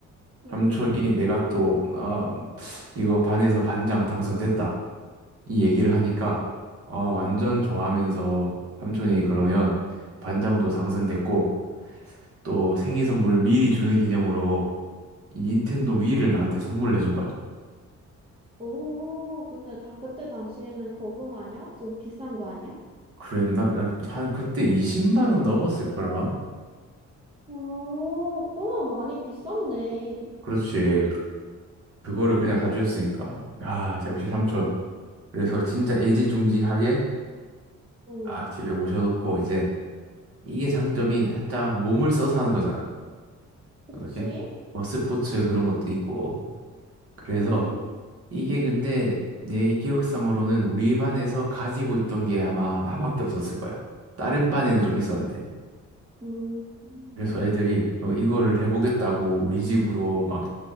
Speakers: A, on the right; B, on the right.
A: 응,
B: 삼촌이 내가 또 아, 이거 반에서 반장 당선됐다. 이 얘기를 하니까 아, 완전
A: 응.
B: 좋아하면서 삼촌이 그러면 반장도 당선됐고 또 생일 선물 미리 주는 기념으로 이 닌텐도 위를 나한테 선물을 해준 거야.
A: 오, 근데 다 그때 당시에는 고구마냐? 좀 비싼 거 아니야?
B: 그랬나? 나 한 그때 20만 원 넘었을 거라마?
A: 오, 그러면 많이 비쌌네.
B: 그렇지. 그거를 그냥 사주셨으니까. 아, 역시 삼촌.
A: 오,
B: 그래서 진짜 애지중지하게
A: 응.
B: 막 집에 모셔놓고 이제 이게 장점이 살짝 몸을 써서 하는 거잖아.
A: 그치?
B: 어떻게? 뭐 스포츠 그런 것도 있고. 그래서
A: 응,
B: 이게 근데 내 기억상으로는 우리 반에서 가지고 있던 게 아마 나밖에 없었을 거야. 다른 반에는 좀 있었는데.
A: 음.
B: 그래서 애들이 어, 이거를 해보겠다고 우리 집으로 막